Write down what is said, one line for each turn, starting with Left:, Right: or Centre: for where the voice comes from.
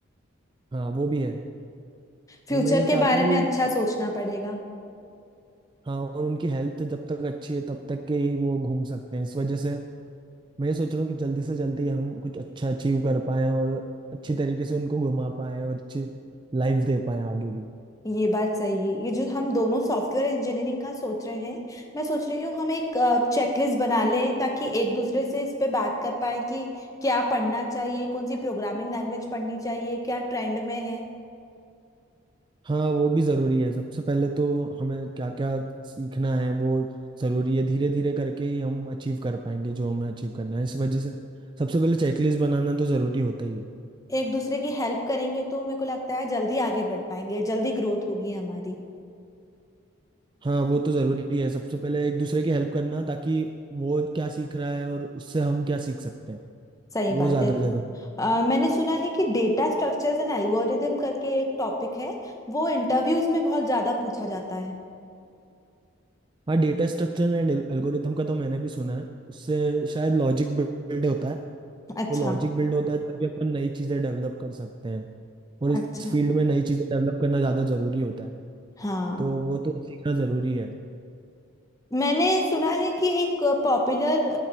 Right: हाँ वो भी है
Left: फ्यूचर
Right: और मैं ये
Left: के
Right: चाहता
Left: बारे
Right: हूँ
Left: में
Right: कि
Left: अच्छा सोचना पड़ेगा
Right: हाँ और उनकी हेल्थ जब तक अच्छी है तब तक के ही वो घूम सकते हैं इस वजह से मैं ये सोच रहा हूँ कि जल्दी से जल्दी हम कुछ अच्छा अचीव कर पाए और अच्छी तरीके से उनको घुमा पाए और अच्छी लाइफ दे पाए आगे भी
Left: ये बात सही है ये जो हम दोनों सॉफ्टवेयर इंजीनियरिंग का सोच रहे हैं मैं सोच रही हूँ हम एक चेकलिस्ट बना लें ताकि एक दूसरे से इस पे बात कर पाए कि क्या पढ़ना चाहिए कौन सी प्रोग्रामिंग लैंग्वेज पढ़नी चाहिए क्या ट्रेंड में है
Right: हाँ वो भी ज़रूरी है सबसे पहले तो हमें क्या क्या सीखना है वो ज़रूरी है धीरे धीरे करके ही हम अचीव कर पाएंगे जो हमें अचीव करना है इस वजह से सबसे पहले चेकलिस्ट बनाना तो ज़रूरी होता ही है
Left: एक दूसरे की हेल्प करेंगे तो मेरे को लगता है जल्दी आगे बढ़ पाएंगे जल्दी ग्रोथ होगी हमारी
Right: हाँ वो तो ज़रूरी है सबसे पहले एक दूसरे की हेल्प करना ताकि वो क्या सीख रहा है और उससे हम क्या सीख सकते हैं
Left: सही
Right: वो
Left: बात
Right: ज़्यादा
Left: है
Right: ज़रूरी
Left: अ, मैंने सुना है कि डेटा स्ट्रक्चर्स एंड एल्गोरिदम करके एक टॉपिक है वो इंटरव्यूज में बहुत ज्यादा पूछा जाता है
Right: हाँ डेटा स्ट्रक्चर एंड एल्गोरिथम का तो मैंने भी सुना है उससे शायद लॉजिक बिल्ड होता है
Left: अच्छा
Right: तो लॉजिक बिल्ड होता है तभी अपन नई चीज़ें डेवलप कर सकते हैं और इस
Left: अच्छा
Right: फील्ड में नई चीज़ें डेवलप करना ज़्यादा ज़रूरी होता है
Left: हाँ
Right: तो वो तो सीखना ज़रूरी है
Left: मैंने सुना है कि एक पॉपुलर